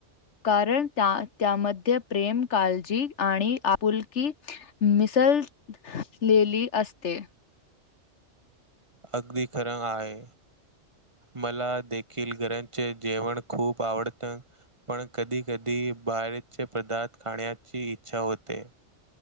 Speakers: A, on the left (about 70°); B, on the right (about 25°).
A: कारण त्यामध्ये प्रेम काळजी आणि आपुलकी मिसळलेली असते.
B: अगदी खरं आहे. मला देखील घरांचे जेवण खूप आवडत, पण कधी कधी बाहेरचे पदार्थ खाण्याची इच्छा होते.